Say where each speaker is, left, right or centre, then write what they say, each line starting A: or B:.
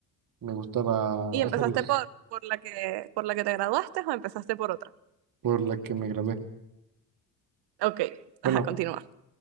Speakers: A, on the right; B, on the right.
A: Me gustaba
B: ¿Y empezaste
A: hacerlos
B: por, por la que, por la que te graduaste o empezaste por otra?
A: por la que me gradué.
B: Ok,
A: Bueno,
B: ajá, continúa.